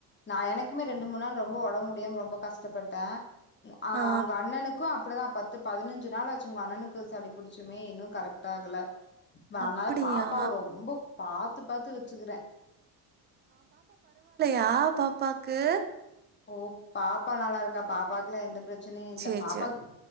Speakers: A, on the left; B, on the right.
A: நான் எனக்குமே ரெண்டு மூனு நாள் ரொம்ப ஒடம்பு டிய ரொம்ப கஷ்டப்பட்டேன் அ
B: ஆ
A: அவங்க அண்ணனுக்கும் அப்படிதான் பத்து பதினஞ்சு நாள் ஆச்சு உங்க அண்ணனுக்கு சளி புடிச்சுமே இன்னும் கரெக்ட் ஆகல னால
B: அப்படியா
A: பாப் அப்ப ரொம்ப பாத்து பாத்து வெச்சுக்கிறேன்
B: யா பாப்பாக்கு
A: ஓ பாப்பா நல்லா இருக்கா பாப்பாக்குல்லாம் எந்த பிரச் சனையே இல்ல
B: சரி
A: பாப்பாக்கு
B: சரி